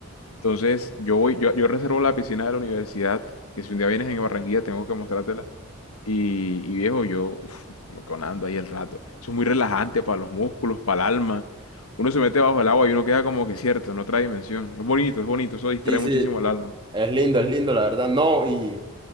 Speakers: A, on the left; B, on the right.
A: Entonces, yo voy, yo, yo reservo la piscina de la universidad, que si un día vienes en Barranquilla tengo que mostrártela. Y, y viejo, yo uf, me conando ahí el rato. Eso es muy relajante para los músculos, para el alma. Uno se mete bajo el agua y uno queda como que cierto, en otra dimensión. Es bonito, es bonito, eso distrae
B: sí, sí.
A: muchísimo el alma.
B: Es lindo, es lindo, la verdad. No, y